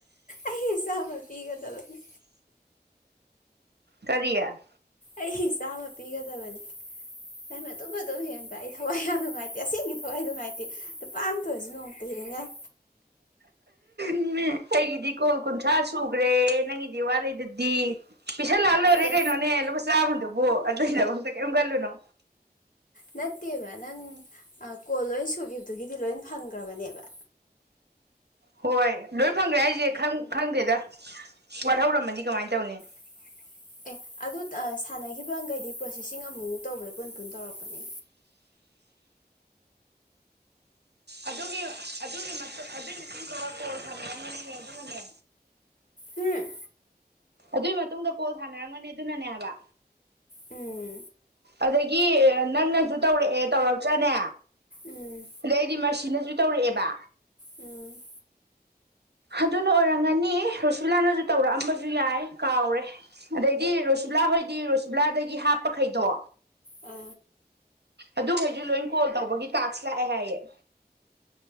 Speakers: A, on the left; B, on the right.
A: ꯑꯩ ꯏꯁꯥꯃ ꯄꯤꯒꯗꯕꯅꯤ
B: ꯀꯔꯤꯌꯥ
A: ꯑꯩ ꯆꯥꯝꯃ ꯄꯤꯒꯗꯕꯅꯤ ꯅ ꯑꯗꯨ ꯑꯗꯨꯝ ꯍꯦꯟꯕ ꯑꯩ ꯊꯋꯥꯏ ꯌꯥ ꯅꯨꯡꯉꯥꯏꯇꯦ ꯑꯁꯦꯡ ꯊ ꯑꯩ ꯅꯨꯡꯉꯥꯏꯇꯦ ꯑꯗꯨꯄꯥꯝ ꯊꯣꯛ ꯑꯣꯏꯔꯁꯨ ꯅꯣꯡꯃꯨꯇ ꯍꯡꯉꯥꯏ
B: ꯎꯝ ꯑꯩꯒꯤꯗꯤ ꯀꯣꯜ ꯀꯨꯟꯊ꯭ꯔꯥ ꯁꯨꯈ꯭ꯔꯦ ꯅꯪꯒꯤꯗꯤ ꯋꯥꯦꯗꯨꯗꯤ ꯄꯤꯁꯟꯂꯥꯜꯍꯔꯦ
A: ꯑꯦ
B: ꯀꯩꯅꯣꯅꯦ ꯂꯨꯄꯥ ꯆꯥꯝꯃꯗꯨꯕꯨ ꯑꯗꯨꯒꯤꯗꯐꯛꯇ ꯀꯔꯤꯝ ꯀꯜꯂꯨꯅꯣ
A: ꯅꯠꯇꯦꯕ ꯅꯪ ꯀꯣꯜ ꯂꯣꯏ ꯁꯨꯈꯤꯕꯗꯨꯒꯤꯗꯤ ꯂꯣꯏ ꯐꯪꯈ꯭ꯔꯕꯅꯦꯕ
B: ꯍꯣꯏ ꯂꯣꯏ ꯐꯪꯈ꯭ꯔꯦ ꯍꯥꯏꯁꯦ ꯈꯪꯗꯦꯗ ꯋꯥꯠꯍꯧꯔꯝꯃꯗꯤ ꯀꯃꯥꯏꯅ ꯇꯧꯅꯤ
A: ꯃꯥꯏꯧ ꯑꯦ ꯑꯗꯨ ꯁꯥꯟꯅꯈꯤꯕꯒꯩꯗꯤ ꯄ꯭ꯔꯣꯁꯦꯁꯤꯡ ꯑꯃꯨꯛꯃꯨꯛ ꯇꯧꯕꯗ ꯄꯨꯟ ꯄꯨꯟ ꯇꯧꯔꯛꯄꯅꯦ
B: ꯑꯗꯨꯒꯤ ꯑꯗꯨꯒꯤ ꯑꯗꯨꯒꯤ ꯃꯇꯨꯡꯗ ꯀꯣꯜ ꯁꯥꯟꯅꯔꯝꯒꯅꯤ ꯑꯗꯨꯅꯅꯦ
A: ꯎꯝ
B: ꯑꯗꯨꯏ ꯃꯇꯨꯡꯗ ꯀꯣꯜ ꯊꯥꯅꯔꯝꯒꯅꯤ ꯑꯗꯨꯅꯅꯦ ꯍꯥꯏꯕ
A: ꯎꯝ
B: ꯑꯗꯒꯤ ꯅꯪꯅꯁꯨ ꯇꯧꯔꯛꯑꯦ ꯇꯧꯔꯛꯇ꯭ꯔꯅꯦ
A: ꯎꯝ ꯎꯝ
B: ꯑꯗꯩꯗꯤ ꯁꯤꯅꯁꯨ ꯇꯧꯔꯛꯑꯦꯕ
A: ꯎꯝ
B: ꯑꯗꯨꯅ ꯑꯣꯏꯔꯝꯒꯅꯤ ꯔꯣꯁꯤꯂꯥꯅꯁꯨ ꯇꯧꯔꯛꯑꯝꯕꯁꯨ ꯌꯥꯏ ꯀꯥꯎꯔꯦ ꯑꯗꯩꯗꯤ ꯔꯣꯁꯤ ꯂꯥ ꯍꯣꯏꯗꯤ ꯔꯣꯁꯤꯕꯂꯥꯗꯒꯤ ꯍꯥꯞꯄꯈꯩꯗꯣ
A: ꯑ
B: ꯑꯗꯨꯈꯩꯁꯨ ꯂꯣꯏ ꯀꯣꯜ ꯇꯧꯕꯒꯤ ꯇꯥꯛꯁ ꯂꯥꯛꯑꯦ ꯍꯥꯏꯌꯦꯦ